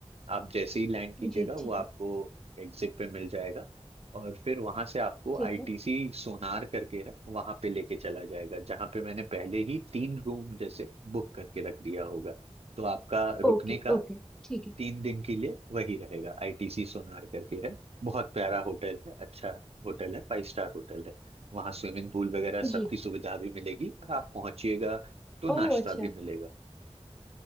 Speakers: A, on the right; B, in the centre.
A: आप जैसे ही लैंड कीजिएगा
B: जी
A: वो
B: ठीक
A: आपको
B: है
A: एग्जिट पे मिल जाएगा और फिर वहां से आपको
B: ठीक
A: आईटीसी
B: है
A: सोनार करके है वहां पे लेके चला जाएगा जहां पे मैंने पहले ही तीन रूम जैसे बुक करके रख दिया होगा तो आपका रुकने
B: Okay
A: का
B: okay ठीक है
A: तीन दिन के लिए वही रहेगा आईटीसी सोनार करके है बहुत प्यारा होटल है अच्छा होटल है फाइव स्टार होटल है वहाँ स्विमिंग पूल वगैरह
B: जी
A: सबकी सुविधा भी मिलेगी और आप पहुंचिएगा तो नाश्ता
B: ओह अच्छा
A: भी मिलेगा